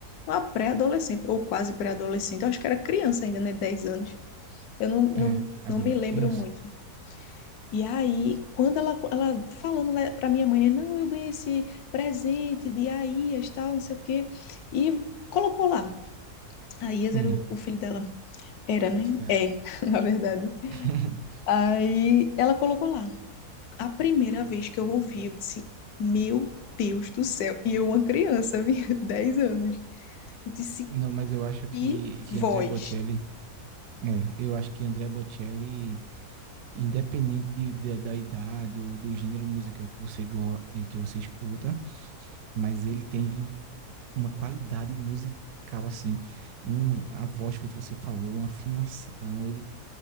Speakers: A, on the left; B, on the right.
A: Uma pré-adolescente, ou quase pré-adolescente. Eu acho que era criança ainda, né? 10 anos. Eu não, não,
B: É, adolescente,
A: não me lembro
B: criança.
A: muito. E aí, quando ela, ela falando para minha mãe, né, não, eu ganhei esse presente de Aias, tal, não sei o quê. E colocou lá. Aias
B: Hum,
A: era o, o filho dela. Era, né?
B: certo.
A: É, <laughs> na verdade.
B: <laughs>
A: Aí ela colocou lá. A primeira vez que eu ouvi, eu disse, meu Deus do céu. E eu, uma criança, vi, <laughs> 10 anos. Eu disse,
B: Não, mas eu acho que,
A: que voz.
B: que André Bocelli... É, eu acho que André Bocelli, independente de- de- da idade ou do gênero musical que você, go, eh, que você escuta, mas ele tem uma qualidade musical, assim, um, a voz feito você falou, uma afinação, ele